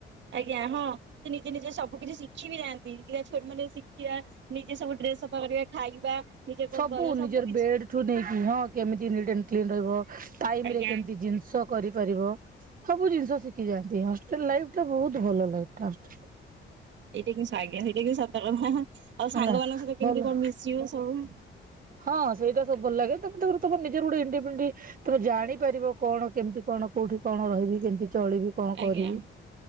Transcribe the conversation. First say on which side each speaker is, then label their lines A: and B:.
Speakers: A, on the right; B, on the right.
A: ଆଜ୍ଞା ହଁ ସେ ନିଜେ ନିଜେ ସବୁ କିଛି ଶିଖି ବି ଯାଆନ୍ତି ଛୋଟ ମାନେ ଶିଖିବା ନିଜେ ସବୁ ଡ୍ରେସ ଅପ୍ କରିବା ଖାଇବା ନିଜେ କଣ
B: ସବୁ
A: କରିବା
B: ନିଜର
A: କିଛି
B: ବେଡ ଠୁ ନେଇକି ହଁ କେମତି ନିଟ୍ ଆଣ୍ଡ କ୍ଲିନ ରହିବ ଟାଇମ
A: ଆଜ୍ଞା।
B: ରେ କେମିତି ଜିନିଷ କରିପାରିବ ସବୁ ଜିନିଷ ଶିଖି ଯାଆନ୍ତି ହଷ୍ଟେଲ ଲାଇଫ ଟା ବହୁତ ଭଲ ଲାଇଫ ଟା ହେଲ
A: ଏଇଟା କି ସ୍ଵାଗ୍ତ ସେଇଟା କି ସତର୍କତା ଆଉ
B: ହେଲା
A: ସାଙ୍ଗମାନଙ୍କ ସହିତ କେମିତି
B: ଭଲ
A: କଣ ମିଶିବ ସବୁ
B: ହଁ ସେଇଟା ସ ଭ ଲାଗେ ତମେ ତମ ନିଜର ଗୋଟେଇଣ୍ଡି ତମ ଜାଣିପାରିବ କଣ କେମିତି କଣ କୋଉଠି କଣ ରହିବି କେମିତି ଚଳିବି କଣ
A: ଆଜ୍ଞା
B: କରିବି